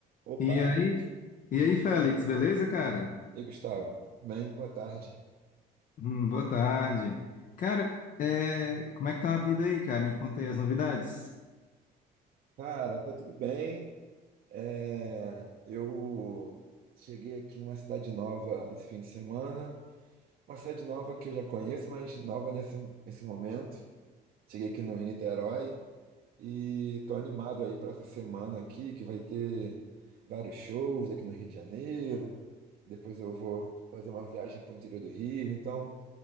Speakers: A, on the right (about 60°); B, on the left (about 50°).
A: Opa,
B: E aí, e aí, Félix, beleza, cara?
A: e aí, Gustavo? Bem, boa tarde.
B: Hum, boa tarde. Cara, é, como é que tá a vida aí, cara? Me conta aí as novidades.
A: Cara, tá tudo bem. É, eu cheguei aqui numa cidade nova nesse fim de semana, uma cidade nova que eu já conheço, mas nova nesse, nesse momento. Cheguei aqui no, em Niterói e tô animado aí para essa semana aqui, que vai ter vários shows aqui no Rio de Janeiro. Depois eu vou fazer uma viagem para o interior do Rio, então.